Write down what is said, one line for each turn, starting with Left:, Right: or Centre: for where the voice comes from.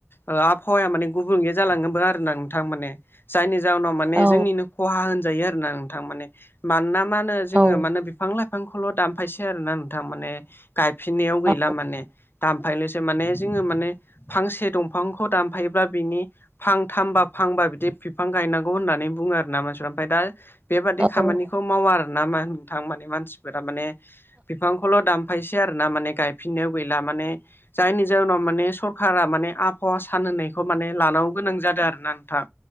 Left: ओ आहावाया माने गुबुंले जालांगोनबो आरो ना नोंथां माने। जायनि जाहोनाव माने
Right: औ
Left: जोंनिनो खहा होनजायो आरो ना नोंथां माने मानोना मा होनो जोंङो
Right: औ
Left: मानो बिफां लाइफांखौल' दानफायसै आरोना नोंथां माने गायफिननायाव
Right: औ
Left: गैला माने। दामफायनोसो माने जोंङो माने फांसे दंफांखौ दामफायबा बिनि फां थामबा फांबा बिदि बिफां गायनांगौ होननानै बुंङो आरो ना मानसिफ्रा ओमफ्राय दा बेबादि
Right: औ
Left: खामानिखौ
Right: औ
Left: मावो आरोना मा नोंथां माने मानसिफोरा माने बिफांखौल' दामफायसै आरो ना माने गायफिननायाव गैला माने जायनि जाहनाव माने सरखारा माने आबहावा सान होनायखौ माने लानांगौ गोनां जादों आरोना नोंथां।